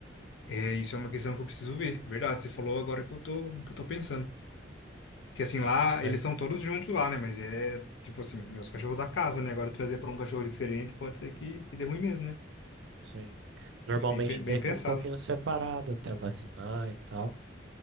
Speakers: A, on the left; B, on the right.
A: É, isso é uma questão que eu preciso ver. Verdade, você falou agora que eu tô, que eu tô pensando. Porque assim, lá,
B: Mas,
A: eles são todos juntos lá, né? Mas é, tipo assim, meus cachorros da casa, né? Agora trazer pra um cachorro diferente pode ser que, que dê ruim mesmo, né?
B: sim, normalmente
A: Bem, pe- bem
B: deixa
A: pensado.
B: um pouquinho separado até vacinar e tal.